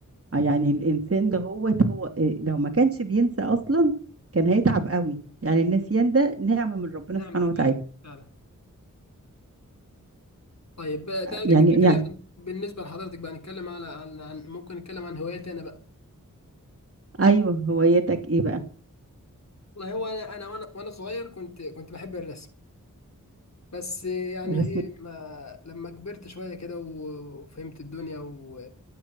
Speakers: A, on the right (about 45°); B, on the left (about 55°).
A: يعني الإنسان ده هو هو آه، لو ما كانش بينسى أصلا كان هيتعب قوي يعني النسيان ده نعمة من ربنا
B: نعمة
A: سبحانه
B: فعلا
A: وتعالى
B: فعلا طيب آه، ده ده
A: يعني
B: كده
A: يعني
B: بالنسبة لحضرتك بقى نتكلم على عن عن- ممكن نتكلم عن هواياتي انا بقى
A: أيوه هوايتك إيه بقى
B: والله هو انا انا وانا وانا صغير كنت كنت بحب الرسم بس يعني
A: الرسم
B: ايه ما لما كبرت شويه كده و- وفهمت الدنيا و-